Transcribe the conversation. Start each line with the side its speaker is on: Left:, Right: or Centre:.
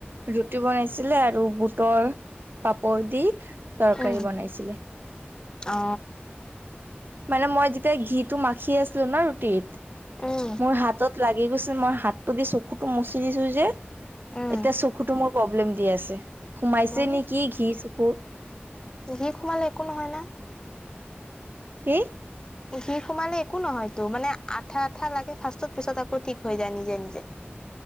Right: ৰুটি বনাইছিলে আৰু বুটৰ পাপৰ দি তৰকাৰী
Left: উম
Right: বনাইছিলে।
Left: অ
Right: মানে মই যেতিয়া ঘিটো মাখি আছিলো ন ৰুটিত
Left: উম
Right: মোৰ হাতত লাগি গৈছে মই হাতটো দি চকুটো মচি দিছো যে,
Left: উম
Right: এতিয়া চকুটো মোৰ প্ৰব্লেম দি আছে সোমাইছে
Left: মানে
Right: নেকি ঘি চকুত
Left: ঘি সোমালে একো নহয় না
Right: কি
Left: ঘি সোমালে একো নহয়তো মানে আঠা আঠা লাগে ফাৰ্ষ্টত পিছত আকৌ ঠিক হৈ যায় নিজে নিজে